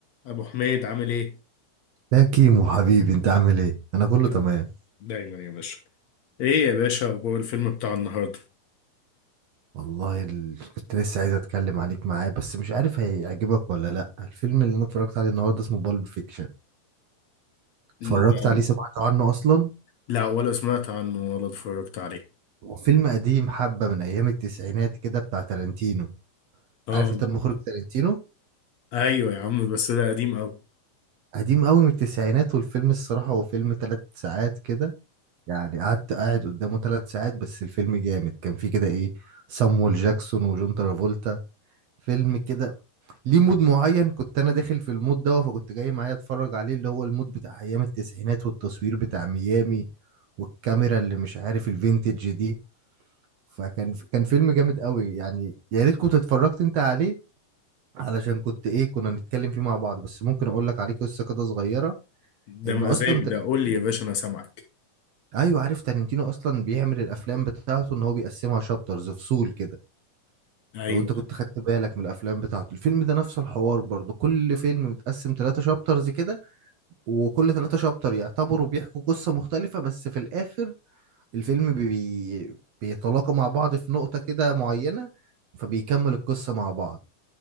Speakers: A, on the left; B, on the right.
A: ابو حميد عامل ايه
B: لا كيمو حبيبي انت عامل ايه انا كله
A: دايما
B: تمام
A: دايما يا باشا ايه يا باشا اخبار الفيلم بتاع النهارده
B: والله ال... كنت لسه عايز اتكلم عليك معاه بس مش عارف هيعجبك ولا لا الفيلم اللي انا اتفرجت عليه النهارده اسمه بالب فيكشن اتفرجت
A: نعم.
B: عليه سمعت عنه اصلا
A: لا ولا سمعت عنه ولا اتفرجت عليه
B: هو فيلم قديم حبه من ايام التسعينات كده بتاع تارانتينو
A: اه
B: عارف انت المخرج تارانتينو
A: ايوه يا عم بس ده قديم قوي
B: قديم قوي من التسعينات والفيلم الصراحه هو فيلم ثلاث ساعات كده يعني قعدت قاعد قدامه ثلاث ساعات بس الفيلم جامد كان فيه كده ايه سامويل جاكسون وجون ترافولتا فيلم كده ليه مود معين كنت انا داخل في المود ده فكنت جاي معايا اتفرج عليه اللي هو المود بتاع ايام التسعينات والتصوير بتاع ميامي والكاميرا اللي مش عارف الفينتج دي فكان كان فيلم جامد قوي يعني يا ريت كنت اتفرجت انت عليه علشان كنت ايه كنا نتكلم فيه مع بعض بس ممكن اقول لك عليه قصة كده صغيرة
A: ده
B: ان
A: مزاج
B: اصلا تارنتينو-
A: ده قول لي يا باشا انا سامعك
B: ايوه عارف تارنتينو اصلا بيعمل الافلام بتاعته ان هو بيقسمها شابترز فصول كده
A: ايوه
B: لو انت كنت خدت بالك من الافلام بتاعته الفيلم ده نفس الحوار برضو كل فيلم متقسم ثلاثة شابترز كده وكل ثلاثة شابتر يعتبروا بيحكوا قصة مختلفة بس في الاخر الفيلم بي... بيتلاقى مع بعض في نقطة كده معينة فبيكمل القصة مع بعض